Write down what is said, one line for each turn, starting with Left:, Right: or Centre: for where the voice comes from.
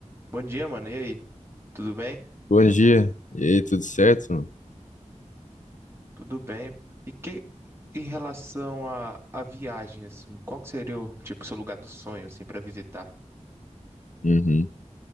Right: Bom dia, mano. E aí? Tudo bem?
Left: Bom dia. E aí, tudo certo? mano?
Right: Tudo bem. E que em relação à à viagem, assim, qual que seria o tipo seu lugar do sonho, assim, para visitar?
Left: Uhum.